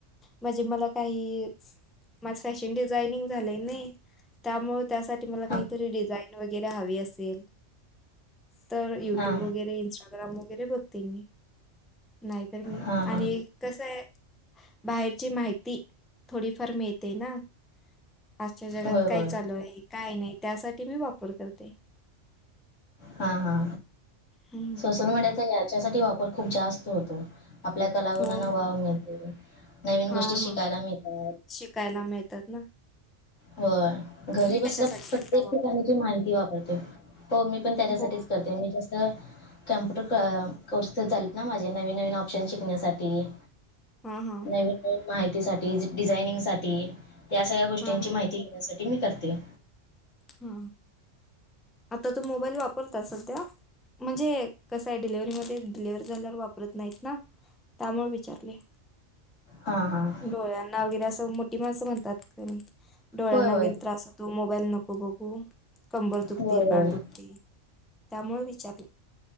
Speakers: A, in the centre; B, on the left.
A: म्हणजे मला काही माझ फॅशन डिझाइनिंग झालंय ने त्यामुळे त्यासाठी मला काहीतरी
B: हा
A: डिझाईन वगैरे हवी असेल त
B: हा
A: युट्यूब वगैरे इंस्टाग्राम वगैरे बघते मी नाहीतर मी
B: हा हा
A: आणि कसं ये बाहेरची माहिती थोडीफार मिळते ना. आजच्या जगात
B: होय
A: काय
B: होय
A: चालू आहे काय नाही त्यासाठी मी वापर करते.
B: हा हा
A: हम्म.
B: सोशल मीडियाचा याच्यासाठी वापर खूप जास्त होतो आपल्या कलागुणांना
A: हो हो
B: व्हाव मिळते नवीन
A: हां
B: गोष्टी शिकायला
A: हां
B: मिळतात.
A: शिकायला मिळतात ना.
B: हो. घरी
A: तुम्ही
B: बसल्या
A: कशासाठी
B: प्रत्येक
A: करता वापर
B: ठिकाणीची माहिती वापरतेो हो मी पण त्याच्यासाठीच
A: हो
B: करते मी जास त कम्प्युटर कोर्स तर झालेत ना माझे नवीन नवीन ऑप्शन शिकण्यासाठी.
A: हा हा.
B: नवीन नवीन माहितीसाठीठी डिझायनिंग साठी त्या सगळ्या गोष्टीची
A: हा हा
B: माहिती घेण्यासाठी मी करते.
A: हा आता तू मोबाईल वापरता सध्या. म्हणजे कसं आहे डिलिव्हरी मध्ये डिलव्ह झाल्यावर वापरत नाहीत ना त्यामुळे विचारले.
B: हा हा.
A: डोळ्यांना वगैरे असं मोठी माणसं म्हणतात कमी डोळ्यांना
B: होय होय.
A: वगैरे त्रास होत. तो मोबाईल नको बघू कंबर दुखते
B: होय होय.
A: पड दुखते त्यामुळे विचारले.